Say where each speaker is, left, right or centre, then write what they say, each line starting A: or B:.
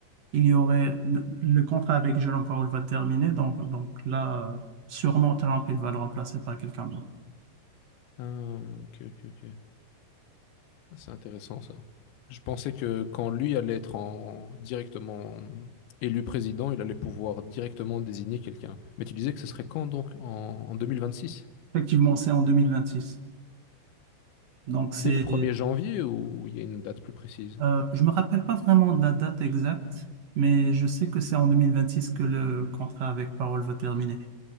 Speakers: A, on the right (about 60°); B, on the left (about 85°).
A: il y aurait le contrat avec Jérôme Powell va terminer. Donc, donc là, euh, sûrement Trump, il va le remplacer par quelqu'un d'autre.
B: ah, ok, ok, ok. Ah, C'est intéressant ça. Je pensais que quand lui allait être en... directement élu président, il allait pouvoir directement désigner quelqu'un. Mais tu disais que ce serait quand donc? En, en 2026?
A: Effectivement, c'est en 2026. Donc,
B: Dès
A: c'est,
B: le 1er janvier ou il y a une date plus précise?
A: euh, je me rappelle pas vraiment de la date exacte, mais je sais que c'est en 2026 que le contrat avec Parole va terminer.